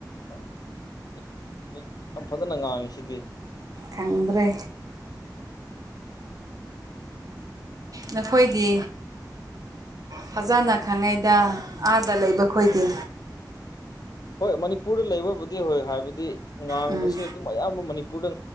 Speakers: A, on the left (about 60°); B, on the right (about 50°).
A: ꯑꯦ ꯍꯧꯖꯤꯛ ꯌꯥꯝ ꯐꯖꯅ ꯉꯥꯡꯉꯤꯁꯤꯗꯤ
B: ꯈꯪꯗ꯭ꯔꯦ ꯅꯈꯣꯏꯗꯤ ꯐꯖꯅ ꯈꯪꯉꯤꯗ ꯑꯥꯗ ꯂꯩꯕ ꯈꯣꯏꯗꯤ
A: ꯍꯣꯏ ꯃꯅꯤꯄꯨꯔꯗ ꯂꯩꯕꯕꯨꯗꯤ ꯍꯣꯏ ꯍꯥꯏꯕꯗꯤ ꯉꯥꯡꯕꯁꯦ
B: ꯎꯝ
A: ꯑꯗꯨꯝ ꯃꯌꯥꯝꯕ ꯃꯅꯤꯄꯨꯔꯗꯥ